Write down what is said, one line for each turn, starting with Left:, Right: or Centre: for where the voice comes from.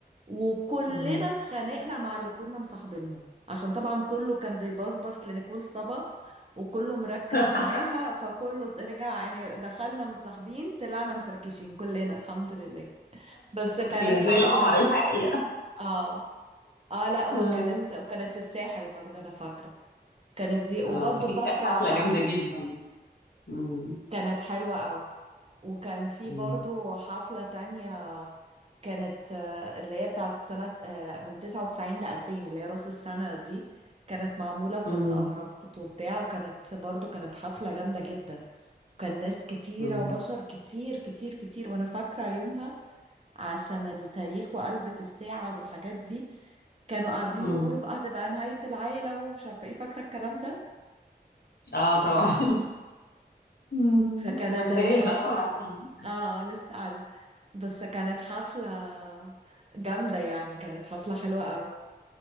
Right: وكلنا
Left: مم.
Right: اتخانقنا مع اللي كنا مصاحبينهم عشان طبعا كله كان بيبصبص لنيكول صبا وكله مركز
Left: <laughs>
Right: معاها فكله رجع يعني دخلنا متصاحبين طلعنا مفركشين كلنا الحمد لله بس كانت
Left: هي
Right: حفلة
Left: زي القمر الحقيقة
Right: اه اه لا وكانت
Left: اه
Right: وكانت في الساحل برضه انا فاكرة كانت دي وبرضه
Left: آه، اكيد
Right: فاكرة
Left: كانت حفلة
Right: حف...
Left: جامدة جدا مم.
Right: كانت حلوة قوي وكان في
Left: مم.
Right: برضو حفلة تانية كانت آه، اللي هي بتاعت سنة آه، من 99 ل 2000 اللي هي رأس السنة دي كانت معمولة في
Left: مم.
Right: الأهرامات وبتاع وكانت برضو كانت حفلة جامدة جدا كان ناس كتيرة
Left: مم.
Right: وبشر كتير كتير كتير وأنا فاكرة يومها عشان التاريخ وقلبة الساعة والحاجات دي كانوا قاعدين
Left: مم.
Right: يقولوا بقى هتبقى نهاية العالم ومش عارفة ايه فاكرة الكلام ده
Left: اه طبعا مم.
Right: فكانت
Left: وانتهي
Right: الحفلة
Left: جو قاعدين
Right: اه لسه قاعدين بس كانت حفلة جامدة يعني كانت حفلة حلوة قوي